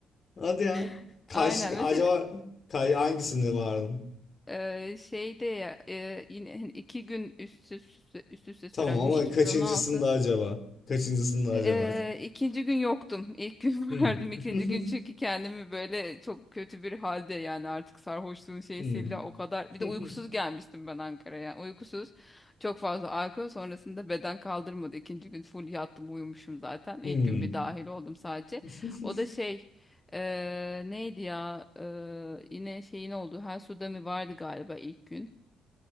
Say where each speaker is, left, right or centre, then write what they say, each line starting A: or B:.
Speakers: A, on the left; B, on the left.
A: Hadi ya.
B: <laughs>
A: Kaç,
B: Aynen. Mesela
A: acaba kay, hangisinde vardın?
B: e, şeyde ya e, yine hani iki gün üst üste, üst üste süren
A: Tamam ama
B: yine 2016
A: kaçıncısında acaba? Kaçıncısında acaba?
B: Eee ikinci gün yoktum. İlk gün
A: Hmm.
B: <laughs> vardım. ikinci
A: <laughs>
B: gün çünkü kendimi böyle çok kötü bir halde yani artık sarhoşluğun şeysiyle
A: Hmm.
B: o kadar. Bir
A: <laughs>
B: de uykusuz gelmiştim ben Ankara'ya. Yani uykusuz. Çok fazla alkol sonrasında beden kaldırmadı. İkinci gün full yattım uyumuşum zaten. İlk
A: Hmm.
B: gün bir dahil oldum sadece.
A: <laughs>
B: O da şey eee, neydi ya Eee, yine şeyin oldu. Her suda mı vardı galiba ilk gün.